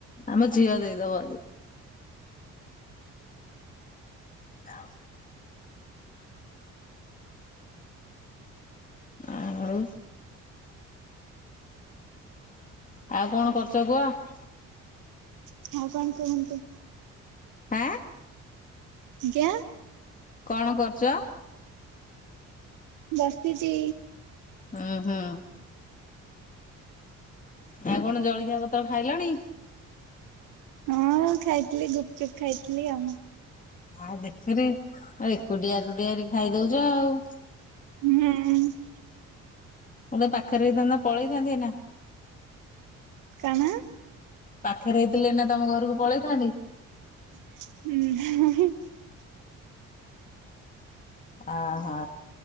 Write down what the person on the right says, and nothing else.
<unintelligible> କଣ କୁହନ୍ତୁ?
ଆଜ୍ଞା।
ବସିଛି।
ହଁ ଖାଇଥିଲି ଗୁପଚୁପ୍ ଖାଇଥିଲି ଆଉ।
ହୁଁ।
କଣ?
ହୁଁ।